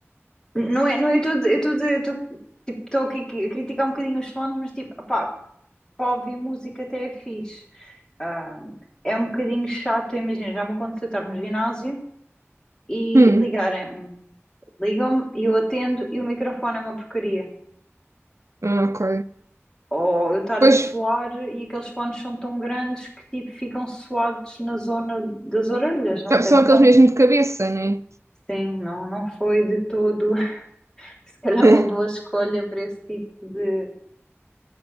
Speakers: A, on the left; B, on the right.
A: Não é, não é, eu estou eu tô eu tô, tipo, tô aqui a criticar um bocadinho os fones, mas tipo, pá, para ouvir música até é fixe. Ah, é um bocadinho chato, imagina, já me aconteceu estar no ginásio e
B: Hum,
A: ligarem-me, ligam-me e eu atendo e o microfone é uma porcaria.
B: ah, ok.
A: Ou eu estar
B: Pois,
A: a suar e aqueles fones são tão grandes que tipo ficam suados na zona das orelhas, não sei,
B: são
A: não
B: aqueles
A: foi?
B: mesmo de cabeça, né?
A: Sim, não, não foi de todo, <laughs> se calhar
B: <laughs>
A: uma boa escolha para esse tipo de